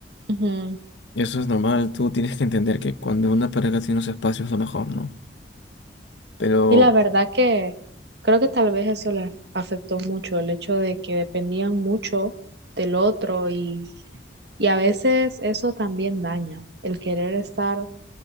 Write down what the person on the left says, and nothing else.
Eso es normal, tú tienes que entender que cuando una pareja tiene unos espacios es lo mejor, ¿no? Pero